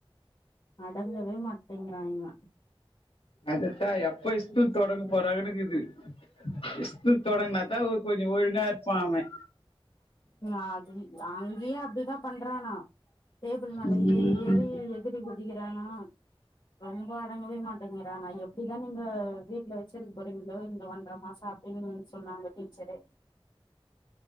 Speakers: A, on the left; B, on the left.
A: அடங்கவே மாட்டேங்கிறா இவே
B: அதுதா எப்ப ஸ்கூல் தொடங்கு போறாகன்னுருக்குது இஸ்கூலு தொடங்குனா தா கொஞ்சோ ஒழுங்கா இருப்பா அவே
A: அது அங்கேயே அப்படிதா பண்றானா டேபிள் மேல
B: ம்
A: ஏறி ஏறி எகுறி குதிக்கிறானா ரொம்ப அடங்கவே மாட்டேங்கிறானா நான் எப்படிதா நீங்க வீட்ல வச்சிருக்க போறீங்களோ இந்த ஒன்றரை மாசோ எங்கன்னுன் சொன்னாங்க டீச்சரு